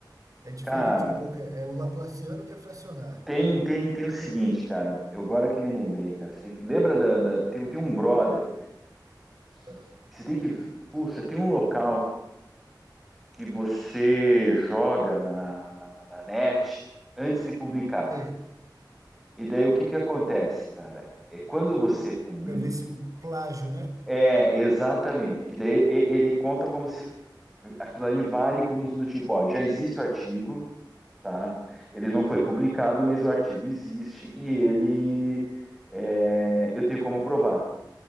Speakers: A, on the right (about 45°); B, in the centre.
A: É diferente
B: Cara,
A: um pouco, é, é o laplaciano que é fracionário.
B: tem, tem, tem o seguinte, cara. Eu agora que me lembrei, cara. Você tem que. Lembra da, da- tem, tem um brother.
A: Ah,
B: que- que Você tem que. Puxa, tem um local. que você joga na, na, na net antes de publicar.
A: Sei,
B: E daí o que que acontece, cara? É quando você publica.
A: para ver se o plágio, né?
B: É, exatamente. Que daí e- ele conta como se f- aquilo ali vale como se do tipo, ó, já existe o artigo, tá? Ele não foi publicado, mas o artigo existe e ele é, eu tenho como provar,